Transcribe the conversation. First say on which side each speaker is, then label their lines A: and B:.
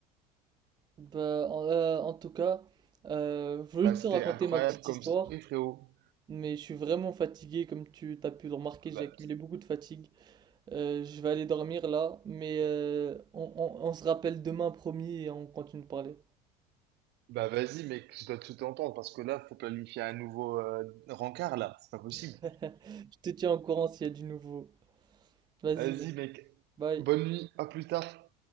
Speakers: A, on the right; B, on the right.
A: Bah, en, euh, en tout cas, euh, je veux
B: Bah,
A: juste
B: c'était
A: te raconter
B: incroyable
A: ma petite
B: comme
A: histoire,
B: story, frérot.
A: mais je suis vraiment fatigué, comme tu t'as pu le remarquer,
B: Ah, Bah,
A: j'ai accumulé beaucoup de fatigue. Euh, je vais aller dormir là, mais euh, on, on- on se rappelle demain, promis, et on continue de parler.
B: Bah vas-y mec, je dois tout entendre parce que là, faut planifier un nouveau euh, rencard là, c'est pas possible.
A: <laughs> Je te tiens au courant s'il y a du nouveau. Vas-y,
B: Vas-y
A: mec.
B: mec,
A: Bye.
B: bonne nuit, à plus tard.